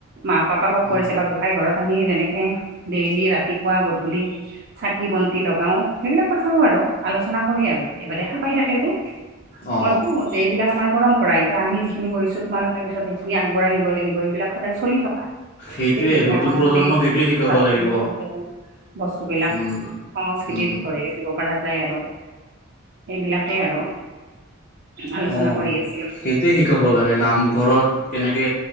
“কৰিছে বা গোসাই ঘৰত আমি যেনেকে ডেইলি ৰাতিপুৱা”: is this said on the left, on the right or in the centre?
Right